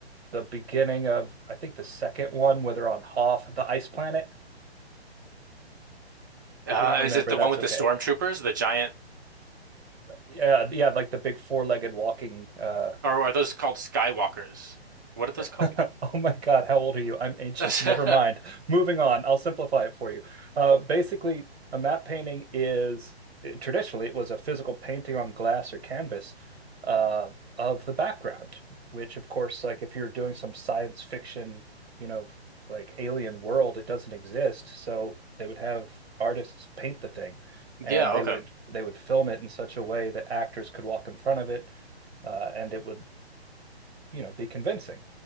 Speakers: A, on the right; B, on the right.
A: the beginning of I think the second one where they're on Hoth, the ice planet.
B: Uh,
A: If you don't remember,
B: is it the
A: that's
B: one with
A: okay.
B: the stormtroopers, the giant,
A: Yeah, yeah, like the big four-legged walking uh
B: or are those called Skywalkers? What are those called
A: <laughs>
B: again?
A: Oh my God, how old are you? I'm ancient.
B: <laughs>
A: Never mind. Moving on. I'll simplify it for you. Uh, basically, a matte painting is traditionally it was a physical painting on glass or canvas uh, of the background, which of course, like if you're doing some science fiction, you know, like alien world, it doesn't exist. So they would have artists paint the thing,
B: Yeah,
A: and they
B: okay.
A: would they would film it in such a way that actors could walk in front of it, uh, and it would you know, be convincing.